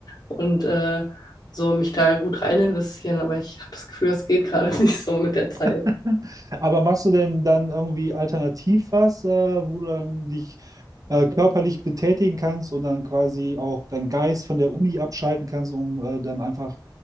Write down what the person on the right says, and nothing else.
<laughs> Aber machst du denn dann irgendwie alternativ was, äh, wo du dann dich äh, körperlich betätigen kannst und dann quasi auch deinen Geist von der Uni abschalten kannst, um äh, dann einfach